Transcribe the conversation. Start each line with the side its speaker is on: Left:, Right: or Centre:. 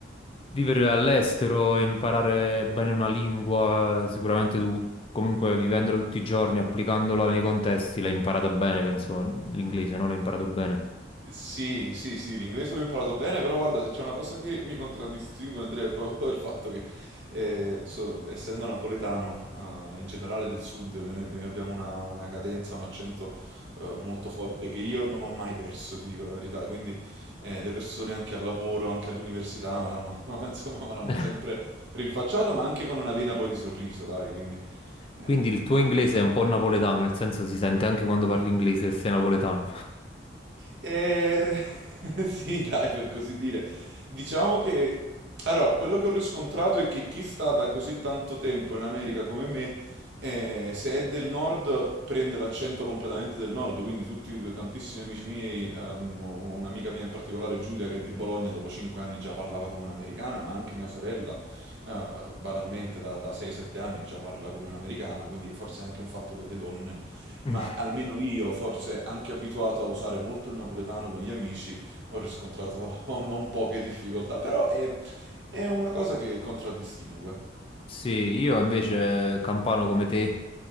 Left: vivere all'estero e imparare bene una lingua. Sicuramente tu, comunque, vivendola tutti i giorni, applicandola nei contesti, l'hai imparata bene, penso, l'inglese, no? L'hai imparato bene.
Right: Sì, sì, sì, l'inglese l'ho imparato bene, però guarda, se c'è una cosa che mi contraddistingue, Andrea, è proprio il fatto che, eh, so- essendo napoletano, eh, in generale del sud, noi, noi abbiamo una, una cadenza, un accento, eh, molto forte che io non ho mai perso, ti dico la verità. Quindi, eh, le persone anche al lavoro, anche all'università, me l'hanno, <laughs> insomma, me l'hanno
Left: <laughs>
Right: sempre rinfacciato, ma anche con una vena poi di sorriso, dai, quindi... eh,
Left: Quindi il tuo inglese è un po' napoletano, nel senso si sente anche quando parli inglese che sei napoletano.
Right: Eh, <laughs> sì, dai, per così dire. Diciamo che... Allora, quello che ho riscontrato è che chi sta da così tanto tempo in America come me, eh, se è del nord, prende l'accento completamente del nord. Quindi tutti, tantissimi amici miei, ehm, un'amica mia in particolare, Giulia, che è di Bologna, dopo 5 anni già parlava come un'americana, ma anche mia sorella, eh, banalmente da, da 6-7 anni già parla come un'americana, quindi forse è anche un fatto delle donne.
Left: <laughs>
Right: Ma almeno io, forse anche abituato a usare molto il napoletano con gli amici, ho riscontrato <laughs> non poche difficoltà, però è, è una cosa che contraddistingue.
Left: Sì, io invece campano come te,